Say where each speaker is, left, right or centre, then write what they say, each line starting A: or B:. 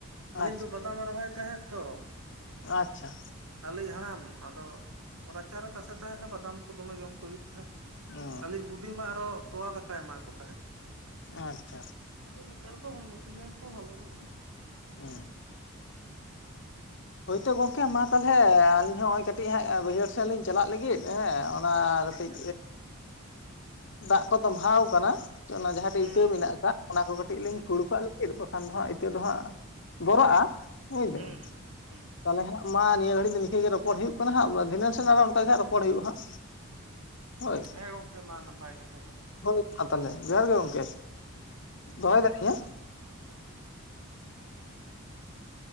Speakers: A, on the right; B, on the left.
A: ᱯᱟᱹᱦᱤᱞ
B: ᱟᱪᱪᱷᱟ
A: ᱫᱚ ᱵᱟᱫᱟᱢᱮ ᱨᱚᱦᱚᱭ ᱛᱟᱦᱮᱸᱫ ᱛᱚ
B: ᱟᱪᱪᱷᱟ
A: ᱟᱞᱮ ᱤᱡ ᱦᱟᱲᱟᱢ ᱟᱫᱚ ᱨᱟᱪᱟᱨᱮ ᱛᱟᱥᱮ ᱛᱟᱦᱮᱸᱜ ᱵᱟᱫᱟᱢ ᱠᱚ ᱫᱚᱢᱮ ᱡᱚᱢ ᱠᱚ ᱦᱩᱭᱩᱜ ᱛᱟᱦᱮᱸᱫ᱾
B: ᱚ
A: ᱟᱞᱮ ᱤᱡ ᱵᱩᱰᱤ ᱢᱟ ᱟᱨᱚ ᱛᱚᱣᱟ ᱫᱟᱠᱟᱭ ᱮᱢᱟ ᱠᱚ ᱛᱟᱦᱮᱸᱫ᱾
B: ᱟᱪᱪᱷᱟ
A: ᱟᱫᱚ ᱱᱮᱛᱟᱨ ᱫᱚ ᱦᱚᱲᱢᱚ ᱛᱤ -ᱡᱟᱸᱜᱟ ᱠᱚ ᱵᱷᱟᱜᱮ ᱵᱟᱹᱱᱩᱜ -ᱟ᱾
B: ᱦᱮᱸ ᱦᱳᱭᱛᱚ ᱜᱚᱢᱠᱮ ᱢᱟ ᱛᱟᱦᱚᱞᱮ ᱟᱞᱤᱧ ᱦᱚᱸ ᱱᱚᱜ-ᱚᱭ ᱠᱟᱹᱴᱤᱡ ᱦᱟᱸᱜ ᱵᱟᱹᱭᱦᱟᱹᱲ ᱥᱮᱱ ᱞᱤᱧ ᱪᱟᱞᱟᱜ ᱞᱟᱹᱜᱤᱫ ᱦᱮᱸ ᱚᱱᱟ ᱠᱟᱹᱴᱤᱡ
A: ᱟᱪᱪᱷᱟ ᱟᱪᱪᱷᱟ
B: ᱫᱟᱜ ᱠᱚ ᱛᱚᱵᱷᱟᱸᱣ ᱟᱠᱟᱱᱟ᱾ ᱚᱱᱟ ᱡᱟᱦᱟᱸᱴᱟᱜ
A: ᱦᱩᱸ
B: ᱤᱛᱟᱹ ᱢᱮᱱᱟᱜ
A: ᱦᱩᱸ
B: ᱟᱠᱟᱫ ᱚᱱᱟ ᱠᱚ ᱠᱟᱹᱴᱤᱡ
A: ᱦᱩᱸ
B: ᱞᱤᱧ ᱯᱷᱩᱲ ᱠᱟᱜ ᱞᱤ ᱪᱮᱫ ᱵᱟᱠᱷᱟᱱ ᱫᱚ ᱦᱟᱸᱜ ᱤᱛᱟᱹ ᱫᱚᱦᱟᱸᱜ ᱵᱚᱨᱚᱜ-ᱟ ᱵᱩᱡᱫᱟ
A: ᱦᱩᱸ
B: ᱵᱤᱱ
A: ᱦᱩᱸ
B: ᱛᱟᱦᱚᱞᱮ ᱦᱟᱸᱜ ᱢᱟ ᱱᱤᱭᱟᱹ ᱜᱷᱟᱲᱤᱡ ᱫᱚ ᱱᱤᱝᱠᱟᱹ ᱜᱮ ᱨᱚᱯᱚᱲ ᱦᱩᱭᱩᱜ ᱠᱟᱱᱟ ᱦᱟᱸᱜ ᱫᱷᱤᱱᱟᱹᱱ ᱥᱮᱫ ᱟᱨ ᱚᱱᱠᱟ ᱜᱮ ᱦᱟᱸᱜ ᱨᱚᱯᱚᱲ ᱦᱩᱭᱩᱜ ᱦᱟᱸᱜ ᱦᱳᱭ
A: ᱦᱮᱸ ᱜᱚᱢᱠᱮ ᱢᱟ ᱱᱟᱯᱟᱭ ᱜᱮ ᱛᱟᱦᱟᱞᱮ ᱢᱟ᱾
B: ᱦᱳᱭ ᱢᱟ ᱛᱟᱦᱚᱞᱮ ᱡᱚᱦᱟᱨ ᱜᱮ ᱜᱚᱢᱠᱮ
A: ᱦᱩᱸ
B: ᱫᱚᱦᱚᱭ ᱫᱟᱞᱤᱧ ᱦᱮᱸ
A: ᱦᱮᱸ <inaudible>